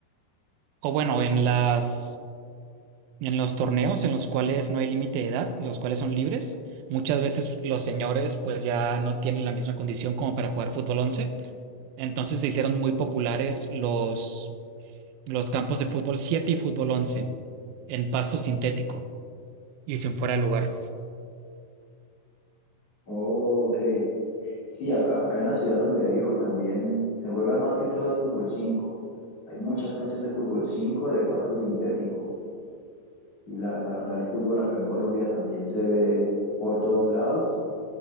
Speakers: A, on the right; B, on the left.
A: o bueno, en las... En los torneos en los cuales no hay límite de edad, los cuales son libres, muchas veces los señores pues ya no tienen la misma condición como para jugar fútbol once, Entonces se hicieron muy populares los, los campos de fútbol 7 y fútbol 11 en pasto sintético y sin fuera de lugar.
B: Ok. Sí, acá, acá en la ciudad donde vivo también se juega más que todo el fútbol 5. Hay muchas canchas de fútbol 5 de pasto sintético. Sí, la, la verdad el fútbol acá en Colombia también se ve por todos lados,